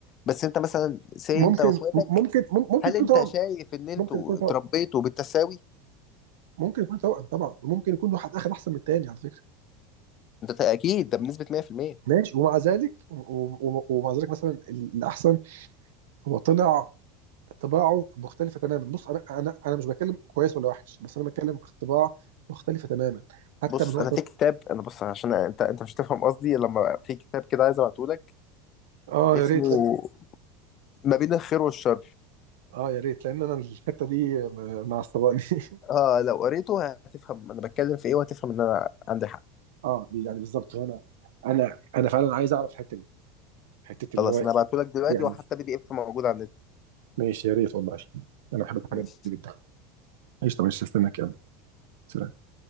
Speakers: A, on the left (about 45°); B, on the right (about 80°).
A: بس انت مثلا سي
B: ممكن
A: انت واخواتك
B: ممكن مم- ممكن
A: هل
B: يكون
A: انت
B: توأم
A: شايف ان انتوا
B: ممكن يكون توأم
A: اتربيتوا بالتساوي
B: ممكن يكون توأم طبعا وممكن يكون واحد اخد احسن من التاني على فكرة
A: انت اكيد ده بنسبه 100%
B: ماشي ومع ذلك و- و- ومع ذلك مثلا الاحسن هو طلع طباعه مختلفه تماما بص انا انا انا مش بتكلم كويس ولا وحش بس انا بتكلم طباع مختلفه تماما حتى
A: بص
B: من وقت
A: انا في كتاب انا بص عشان انت انت مش هتفهم قصدي لما في كتاب كده عايز ابعته لك
B: اه
A: اسمه
B: يا ريت لأن...
A: ما بين الخير والشر
B: اه يا ريت لان انا الحته دي م- معصباني <laughs>
A: اه لو قريته هتفهم انا بتكلم في ايه وهتفهم ان انا عندي حق
B: اه يعني بالظبط وانا انا انا فعلا عايز اعرف الحته دي حته
A: خلاص
B: اللي هو
A: انا هبعته لك دلوقتي
B: يعني
A: وحتى بي دي اف موجود على النت
B: ماشي يا ريت والله انا بحب الحاجات
A: ماشي
B: دي جدا ايش طب استناك يلا سلام